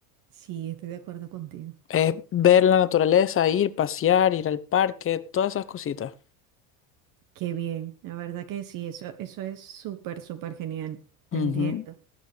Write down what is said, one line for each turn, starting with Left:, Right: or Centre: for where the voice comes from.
Right: Sí, estoy de acuerdo contigo.
Left: Es ver la naturaleza, ir, pasear, ir al parque, todas esas cositas.
Right: Qué bien, la verdad que sí, eso, eso es súper, súper genial, te
Left: Ujú.
Right: entiendo.
Left: <laughs>